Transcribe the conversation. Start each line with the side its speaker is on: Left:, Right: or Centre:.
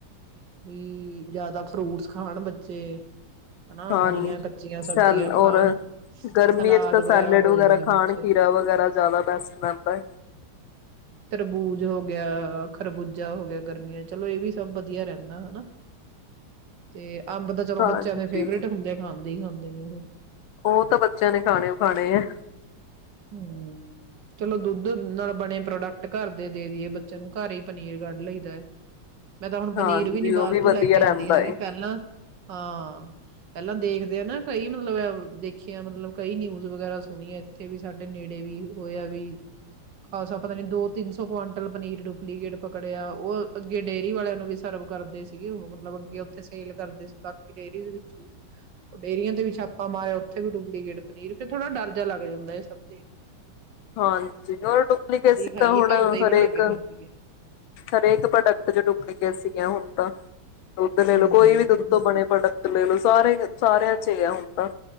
Right: ਵੀ ਜਿਆਦਾ ਫਰੂਟਸ ਖਾਣ ਬੱਚੇ ਹਨਾ,
Left: ਹਾਂ
Right: ਹਰੀਆਂ ਕੱਚੀਆਂ ਸਬਜ਼ੀਆਂ
Left: ਸੈਲ
Right: ਖਾਣ।
Left: ਔਰ ਗਰਮੀੀਆਂ
Right: ਸਲਾਦ
Left: ਚ ਤਾਂ ਸੈਲਡ
Right: ਹੋ
Left: ਵਗੈਰਾ
Right: ਜਾਂਦਾ
Left: ਖਾਣ
Right: ਵਿੱਚ।
Left: ਕੀਰਾ ਵਗੈਰਾ ਜ਼ਿਆਦਾ ਬੈਸਟ ਰਹਿੰਦਾ ਹੈ।
Right: ਬੂਜ ਹੋ ਗਿਆ ਖਰਬੂਜਾ ਹੋ ਗਿਆ ਗਰਮੀਆਂ ਚਲੋ ਇਹ ਵੀ ਸਭ ਵਧੀਆ ਰਹਿੰਦਾ ਹਨਾ ਤੇ ਅੰਬ ਤਾਂ ਚਲੋ
Left: ਹਾਂਜੀ
Right: ਬੱਚਿਆਂ ਦੇ ਫੇਵਰੇਟ ਹੁੰਦੇ ਆ ਖਾਂਦੇ ਹੀ ਹਨ ਹੁੰਦੇ ਨੇ ਉਹ
Left: ਉਹ ਤਾਂ ਬੱਚਿਆਂ ਨੇ ਖਾਣੇ ਖਾਣੇ ਆ
Right: ਹਮ ਚਲੋ ਦੁੱਧ ਨਾਲ ਬਣੇ ਪ੍ਰੋਡਕਟ ਘਰ ਦੇ ਦੇ ਦੀਈਏ ਬੱਚਿਆਂ ਨੂੰ ਘਰ ਹੀ ਪਨੀਰ ਕੱਢ ਲਈ ਦਾ ਹੈ। ਮੈਂ ਤਾਂ ਹੁਣ
Left: ਹਾਂਜੀ
Right: ਪਨੀਰ ਵੀ ਨੀ
Left: ਉਹ
Right: ਬਾਹਰ
Left: ਵਧੀਆ
Right: ਤੋਂ ਲੈ ਕੇ
Left: ਰਹਿੰਦਾ
Right: ਆਉਂਦੀ ਹੈਗੀ
Left: ਏ
Right: ਪਹਿਲਾਂ ਹਾਂ ਪਹਿਲਾਂ ਦੇਖਦੇ ਆ ਨਾ ਕਈ ਮਤਲਬ ਦੇਖੀਆਂ ਮਤਲਬ ਕਈ ਨਿਊਜ਼ ਵਗੈਰਾ ਸੁਣੀਆਂ ੇ ਵੀ ਸਾਡੇ ਨੇੜੇ ਵੀ ਹੋਇਆ ਵੀ ਖਾਸਾ ਪਤਾ ਨੀ ਦੋ ਤਿੰਨ ਸੌ ਕੁਆਂਟਲ ਪਨੀਰ ਡੁਪਲੀਕੇਟ ਪਕੜਿਆ ਉਹ ਅੱਗੇ ਡੇਅਰੀ ਵਾਲਿਆਂ ਨੂੰ ਵੀ ਸਰਵ ਕਰਦੇ ਸੀਗੇ ਉਹ ਮਤਲਬ ਅੱਗੇ ਉੱਥੇ ਸੇਲ ਕਰਦੇ ਸੀ ਬਾਕੀ ਡੇਅਰੀ ਵਿੱਚ ਵੀ ਡੇਅਰੀਆਂ ਤੇ ਵੀ ਛਾਪਾ ਮਾਰਿਆ ਉੱਥੇ ਵੀ ਡੁਪਲੀਕੇਟ ਪਨੀਰ ਫੇਰ ਥੋੜਾ ਡਰ ਜਿ ਲੱਗ ਜਾਂਦਾ ਹੁੰਦਾ ਸਭ ਦੇ
Left: ਹਾਂਜੀ ਰ ਡੁਪਲੀਕੇਸੀ
Right: ਖਾਈਏ
Left: ਤਾਂ ਹੁਣ
Right: ਘਰ ਦਾ ਹੀ
Left: ਹਰੇਕ
Right: ਬਣਾ ਕੇ ਖਾ ਲਈਏ
Left: ਹਰੇਕ ਪ੍ਰੋਡਕਟ ਚ ਡੁਪਲੀਕੇ ਸੀ ਹੈ। ਹੁਣ ਤਾਂ ਦੁੱਧ ਲੈ
Right: ਹਮ
Left: ਲਓ ਕੋਈ ਵੀ ਦੁੱਧ ਤੋਂ ਬਣੇਡ ਮੈ ਲੂੰ ਸਾਰੇ ਸਾਰਿਆਂ ਚ ਆ ਹੁਣ ਤਾਂ